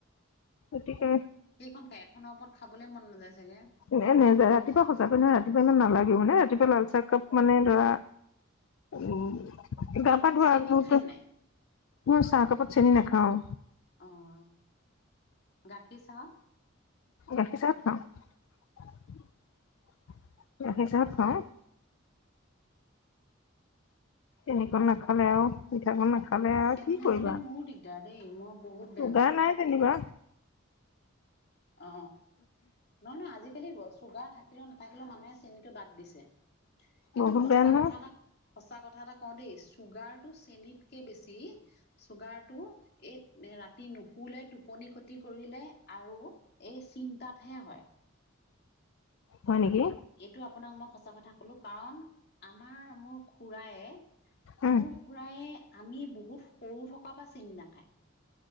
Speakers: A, on the left; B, on the left.
A: গতিকে
B: সেইখন খাই এখনৰ ওপৰত খাবলৈ মন নাযায়। চাগে
A: এ নাযায় ৰাতিৱাঁচাকৈ নহয় ৰাতিপুৱা ইমান নালাগে মানে আজিপাল লালচাহ কাপ মানে ধৰা উ গা
B: আপুনি
A: পা ধোৱাত
B: চেনি খায় নাই?
A: মই চাহ কাপত চেনি নাখাওঁ।
B: আঁহ গাখীৰ চাঁহ
A: ৰাখিছাত ন তাৰপিছত হাঁ এনেকা নাখালে আৰু পিঠাখন নাখাল। ফালে আৰু
B: চেনি
A: কি
B: নহ'লে
A: কৰিবা
B: মোৰো দিগদাৰ দেই মই বহুত বেয়া
A: চগাৰ
B: পাওঁ।
A: নাই যেনিবা।
B: অ নহয় নহয় আজিকালি চুগাৰ থাকিলেও নাথাকিলেও মানুহে চেনটো বাদ দিছে। কিন্তু
A: বহুত
B: সচা
A: বেয়া নহয়
B: কথা এটা সঁচা কথা এটা কওঁ দেই চুগাৰটো চেনীত। কে বেছি চুগাৰটো এই ৰাতি নুশে টোপনি ক্ষতি কৰিলে। আৰু এই চিন্তাতহে হয়।
A: হয় নেকি
B: এইটো আপোনাক মই সঁচা কথা কলো কাৰণ আমাৰ মোৰ খুৰায়।
A: উম
B: মোৰ খুৰায়ে আমি বহুত সৰু থকা বা চিন নাখায়।